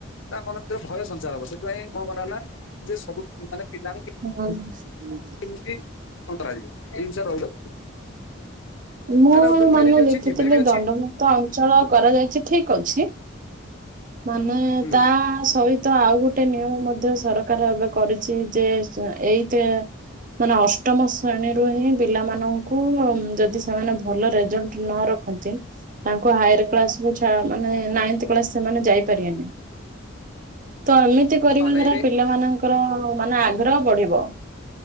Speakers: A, on the left (about 70°); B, on the right (about 40°).
A: ତା ମନ ଭିତରେ ଭୟ ସଞ୍ଚାର ହବ ସେଥିପାଇଁ କଣ କରାହେଲା ଯେ ସବୁମାନେ ପିଲାଙ୍କୁ
B: <unintelligible>
A: <unintelligible>
B: ମୁଁ ମାନେ
A: ମେରିଟ ଅଛି
B: ଦେଖିଥିଲି
A: ଡିମେରିଟ ଅଛି
B: ଦଣ୍ଡମୁକ୍ତ ଅଞ୍ଚଳ କରାଯାଇଛି ଠିକ୍ ଅଛି। ମାନେ
A: ହୁଁ
B: ତା ସହି ତ ଆଉ ଗୋଟେ ନିୟମ ମଧ୍ୟ ସରକାର ଏବେ କରିଛି ଯେ ଏଇତ ମାନେ ଅଷ୍ଟମ ଶ୍ରେଣୀରୁ ହିଁ ପିଲାମାନଙ୍କୁ ଯଦି ସେମାନେ ଭଲ ରେଜଲ୍ଟ ନ ରଖ ତାଙ୍କୁ ହାୟର କ୍ଲାସ କୁ ଛା ମାନେ ନାଇନ୍ଥ କ୍ଲାସ ସେମାନେ ଯାଇପାରିବେନି ତ ଏମିତି କରିବା
A: ହଁ ନାଇଁ
B: ଦ୍ଵାରା
A: ଏବେ
B: ପିଲାମାନଙ୍କର ମାନେ ଆଗ୍ରହ ବଢିବ।